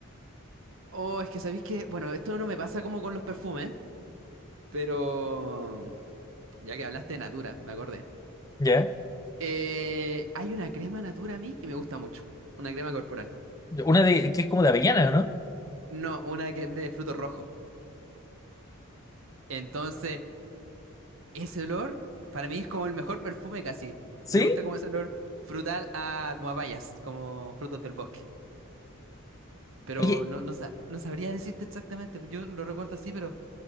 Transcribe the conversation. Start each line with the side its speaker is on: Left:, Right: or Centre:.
Right: Oh, es que sabéis que. Bueno, esto no me pasa como con los perfumes. Pero. Ya que hablaste de Natura, me acordé.
Left: Ya.
Right: Eh, hay una crema Natura a mí que me gusta mucho. Una crema corporal.
Left: Una de, que es como de avellana, ¿o ¿no?
Right: No, una que es de frutos rojos. Entonces, ese olor para mí es como el mejor perfume casi.
Left: ¿Sí?
Right: Me gusta como ese olor frutal a como a bayas, como frutos del bosque. Pero
Left: Oye,
Right: no, no, sa- no sabría decirte exactamente, yo lo recuerdo así, pero